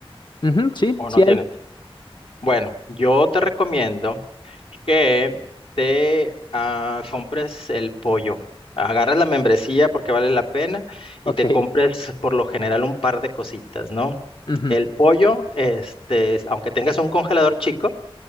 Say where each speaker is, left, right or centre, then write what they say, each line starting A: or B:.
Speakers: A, on the left; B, on the left.
A: Ujú, sí,
B: o
A: sí
B: no tienes.
A: hay.
B: Bueno, yo te recomiendo que te ah, compres el pollo. Agarras la membresía porque vale la pena y
A: Ok.
B: te compres por lo general un par de cositas, ¿no?
A: Ujú.
B: El pollo, este, aunque tengas un congelador chico,